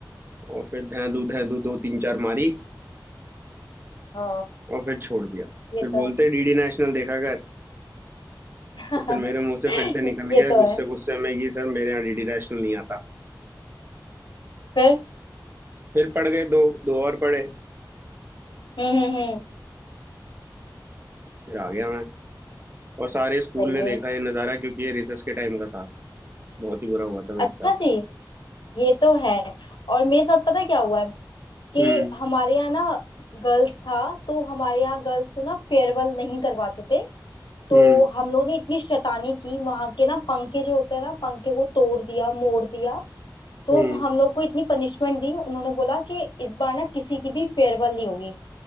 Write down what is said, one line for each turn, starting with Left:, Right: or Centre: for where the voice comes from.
Right: और फिर धैं धू धैं धू दो तीन चार मारी
Left: ओ
Right: और फिर छोड़ दिया
Left: ये
Right: फिर
Left: तो
Right: बोलते डीडी नेशनल देखा कर
Left: <laughs>
Right: तो फिर मेरे मुंह से फिर से निकल
Left: ये
Right: गया
Left: तो
Right: गुस्से
Left: है
Right: गुस्से में कि सर मेरे यहाँ डीडी नेशनल नहीं आता
Left: फिर
Right: फिर पढ़ गए दो दो और पढ़े
Left: हम्म हम्म हम्म,
Right: फिर आ गया मैं और सारे स्कूल
Left: सही
Right: ने देखा
Left: है
Right: ये नज़ारा क्योंकि ये रिसर्च के टाइम का था बहुत ही बुरा हुआ था मेरे
Left: अच्छा
Right: साथ
Left: जी ये तो है और मेरे साथ पता है क्या हुआ है कि
Right: हम्म
Left: हमारे यहाँ ना गर्ल्स था तो हमारे यहाँ गर्ल्स को ना फेयरवेल नहीं करवाते थे तो
Right: हम्म
Left: हम लोग ने इतनी शैतानी की वहां के ना पंखे जो होते हैं ना पंखे को तोड़ दिया मोड़ दिया तो
Right: हम्म
Left: हम लोग को इतनी पनिशमेंट दी उन्होंने बोला कि इस बार ना किसी की भी फेयरवेल नहीं होगी